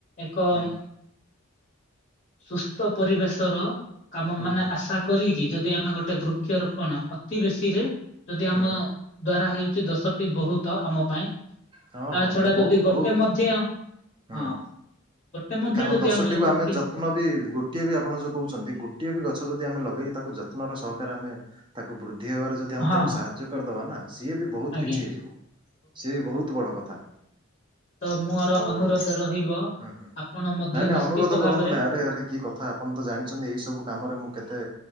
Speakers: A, on the left; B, on the right.
A: ଏକ
B: ହଁ
A: ସୁସ୍ଥ ପରିବେଶ ର କାମ
B: ହୁଁ
A: ମାନେ
B: ହୁଁ
A: ଆଶା କରିକି ଯଦି ଆମେ ଗୋଟେ ଗୋଟେ ବୃକ୍ଷରୋପଣ ଅତି ବେଶୀ ରେ ଯଦି ଆମ
B: ହୁଁ
A: ଦ୍ଵାରା ହେଉ ଛି ଦଶଟି ବହୁତ ଆମ ପାଇଁ
B: ହଁ
A: ତା
B: ହଁ
A: ଛଡା
B: ଯୋଉ ବହୁ
A: ଯଦି
B: ବହୁତ
A: ଗୋଟେ ମଧ୍ୟ ହଁ।
B: ହୁଁ
A: ଗୋଟେ ମଧ୍ୟ
B: କାରଣ
A: ଯଦି
B: ଦଶଟିକୁୁ
A: ବୃକ୍ଷି
B: ଆମେ ଯତ୍ନ ବି ଗୋଟିଏ ବି ଆପଣ ଯୋଉ କହୁଛନ୍ତି ଗୋଟିଏ ବି ଗଛ ଯଦି ଆମେ ଲଗେଇ ତାକୁ ଯତ୍ନର ସହକାରେ ଆମେ ତାକୁ ବୃଦ୍ଧି ହବାରେ ଯଦି ଆମେ
A: ହଁ
B: ତାକୁ ସାହାଯ୍ୟ କରିଦବା ନା ସିଏ ବି ବହୁତ
A: ଆଜ୍ଞା
B: କିଛି ହେଇଯିବ, ସିଏ ବହୁତ ବଡ଼ କଥା।
A: ତ ମୋର
B: ଆଉ
A: ଅନୁରୋଧ ରହିବ
B: ହଁ ହଁ
A: ଆପଣ ମଧ୍ୟ
B: ନାଇଁ ନାଇଁ
A: ନିଶ୍ଚିତ
B: ଅନୁରୋଧ କରନ୍ତୁ
A: ଭାବରେ
B: ନାଇଁ ଆରେ ଆରେ କି କଥା ଆପଣ ତ ଜାଣିଛନ୍ତି ଏଇ ସବୁ କାମରେ ମୁଁ କେତେ